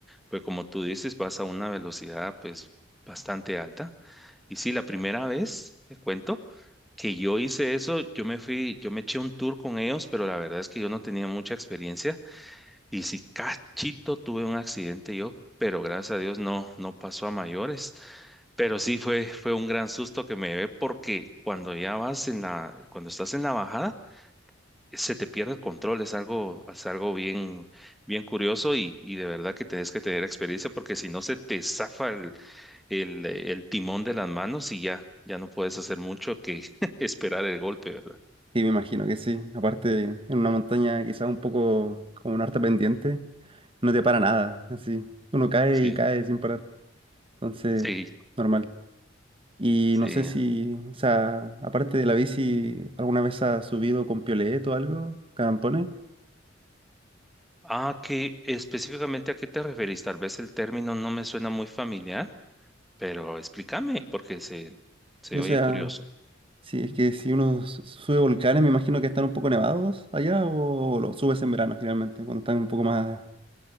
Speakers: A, in the centre; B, on the right.
A: pues como tú dices, vas a una velocidad pues bastante alta. Y sí, la primera vez, te cuento, que yo hice eso, yo me fui, yo me eché un tour con ellos, pero la verdad es que yo no tenía mucha experiencia. Y si cachito tuve un accidente yo, pero gracias a Dios no, no pasó a mayores. Pero sí fue, fue un gran susto que me llevé porque cuando ya vas en la, cuando estás en la bajada, se te pierde el control. Es algo, es algo bien, bien curioso y, y de verdad que tenés que tener experiencia porque si no se te zafa el, el, el timón de las manos y ya, ya no puedes hacer mucho que <laughs> esperar el golpe, ¿verdad?
B: Sí, me imagino que sí. Aparte, en una montaña quizás un poco como una harta pendiente, no te para nada, así. Uno cae
A: Sí,
B: y cae sin parar. Entonces,
A: sí,
B: normal. Y
A: sí.
B: no sé si, o sea, aparte de la bici, ¿alguna vez has subido con piolet o algo? ¿Campones?
A: Ah, qué específicamente a qué te referís? Tal vez el término no me suena muy familiar, pero explícame porque se, se
B: Sí, o
A: oye
B: sea,
A: curioso.
B: sí, es que si uno su- sube volcanes, me imagino que están un poco nevados allá o lo subes en verano generalmente, cuando están un poco más...